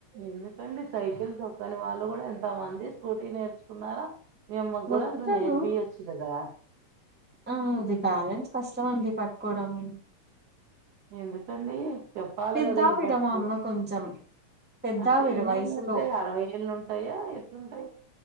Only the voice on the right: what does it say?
ఎందుకండి సైకిల్ తొక్కని వాళ్ళు కూడా ఎంత మంది స్కూటీ నేర్చుకున్నారా మియమ్మ కూడా
అట్లా నేర్పియొచ్చు కదా
ఎందుకండీ చెప్పాలిగదా
ఇది పట్టుకో
అంటే ఎన్నేళ్ళుంటాయి.
అరవై ఏళ్ళు ఉంటాయా ఎట్లుంటయ్